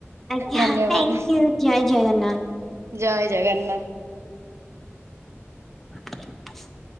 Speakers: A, in the centre; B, on the right.
A: ଆଜ୍ଞା
B: ଧନ୍ୟବାଦ
A: ଥ୍ୟାଙ୍କ ୟୁ ଜୟ ଜଗନ୍ନାଥ।
B: ଜୟ ଜଗନ୍ନାଥ।
A: <inaudible>